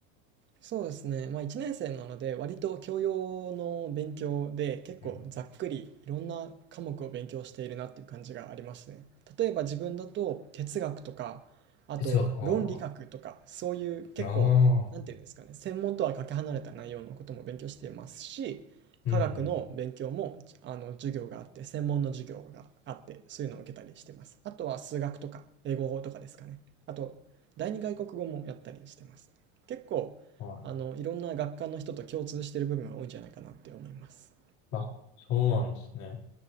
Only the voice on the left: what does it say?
うん。
哲学、ああ、ああ、うんうん。
はい。
あ、そうなんですね。